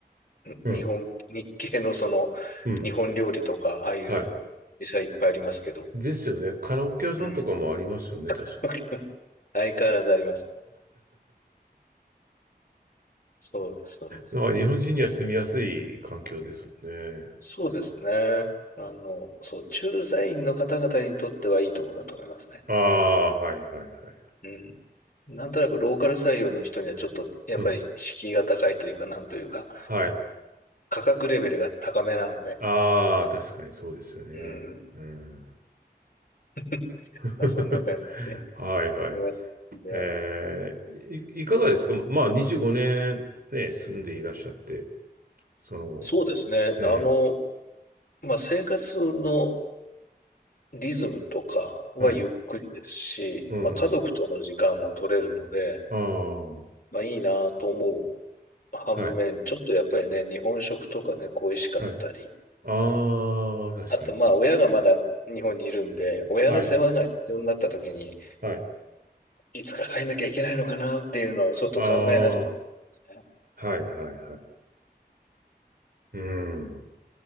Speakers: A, on the right (about 60°); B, on the left (about 55°).
A: うん、
B: 日本、日系のその、
A: うん。
B: 日本料理とか、ああいう店はいっぱいありますけど、
A: はい。ですよね。カラオケ屋さんとかもありますよね、
B: うん。
A: 確か。
B: <laughs> 相変わらずあります。そうです、そうです。
A: だから日本人には住みやすい環境ですもんね。
B: そうですね。
A: うん、
B: あの、そう、駐在員の方々にとってはいいとこだと思いますね。
A: ああ、はい、はい、はい。
B: うん。なんとなくローカル採用の人にはちょっと、やっぱり敷居が高いというか、
A: うん。
B: なんというか、
A: はい。
B: 価格レベルが高めなので、
A: ああ、確かにそうですよね。
B: うん。
A: うん。
B: <laughs>
A: <laughs>
B: まあ、そんな感じで
A: はい、はい。
B: いますね。
A: えー、い、いかがですかままあ、25年ねんね、住んでいらっしゃって、その、
B: そうですね。
A: え
B: あの、まあ、生活のリズムとかはゆっくりですし、
A: えはい。うん
B: まあ、家族との時間も取れるので、
A: ああ、は
B: まあ、いいなと思う反面、
A: い、
B: ちょっとやっぱりね、日本食とかね、恋しかったり、
A: はい。ああ、確かにね。
B: あとまあ親がまだ日本にいるんで、親の世話が必要になった時に、
A: はい、はい。
B: いつか帰んなきゃいけないのかなっていうのをちょっと考え始めて
A: ああ、は
B: たんですね。
A: い、はい、はい、はい。うん。